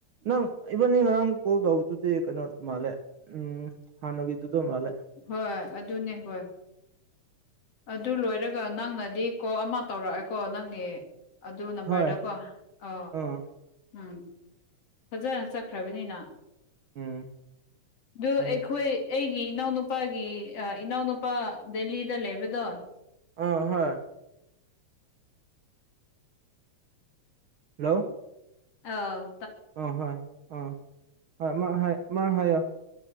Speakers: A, on the right; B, on the left.
A: ꯅꯪ ꯏꯚꯟꯅꯤꯡ ꯉꯔꯥꯡ ꯀꯣꯜ ꯇꯧꯕꯗꯨꯗꯤ ꯀꯩꯅꯣ ꯃꯥꯜꯂꯦ ꯎꯝ ꯍꯥꯟꯅꯒꯤꯗꯨꯗ ꯃꯥꯜꯂꯦ
B: ꯍꯣꯏ ꯑꯗꯨꯅꯦ ꯍꯣꯏ ꯑꯗꯨ ꯂꯣꯏꯔꯒ ꯅꯪꯅꯗꯤ ꯀꯣ ꯑꯃ ꯇꯧꯔꯛꯑꯦꯀꯣ ꯅꯪꯒꯤ ꯑꯗꯨ ꯅꯝꯕꯔꯗ
A: ꯍꯣꯏ
B: ꯀꯣ ꯑ ꯑ
A: ꯑꯥ
B: ꯎꯝ ꯐꯖꯅ ꯆꯠꯈ꯭ꯔꯕꯅꯤꯅ
A: ꯎꯝ
B: ꯑꯗꯨ
A: ꯃꯥꯅꯦ
B: ꯑꯩꯈꯣꯏ ꯑꯩꯒꯤ ꯏꯅꯥꯎꯅꯨꯄꯥꯒꯤ ꯏꯅꯥꯎꯅꯨꯄꯥ ꯗꯦꯜꯂꯤꯗ ꯂꯩꯕꯗꯣ
A: ꯑ ꯍꯣꯏ ꯍꯜꯂꯣ
B: ꯑꯥꯎ
A: ꯑ ꯍꯣꯏ ꯑꯥ ꯍꯣꯏ ꯍꯥꯏ ꯃꯥ ꯍꯥꯏꯌꯣ